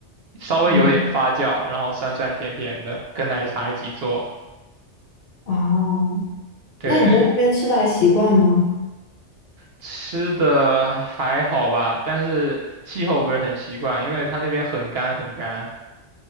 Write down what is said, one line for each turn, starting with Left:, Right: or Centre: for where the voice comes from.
Right: 稍微有点发酵，
Left: 嗯，
Right: 然后酸酸甜甜的，跟奶茶一起做。
Left: 哦，
Right: 对，
Left: 那你在那边吃的还习惯吗？
Right: 吃的还好吧，但是气候不是很习惯，因为它那边很干很干。